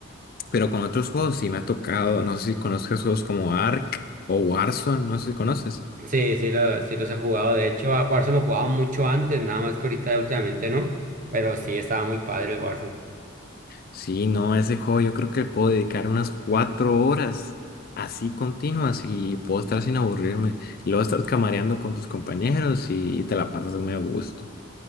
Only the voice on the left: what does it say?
pero con otros juegos sí me ha tocado, no sé si conozcas juegos como Ark o Warzone, no sé si conoces.
Sí, no, ese juego yo creo que puedo dedicar unas cuatro horas así continuas y puedo estar sin aburrirme. Y luego estar camareando con tus compañeros y, y te la pasas muy a gusto.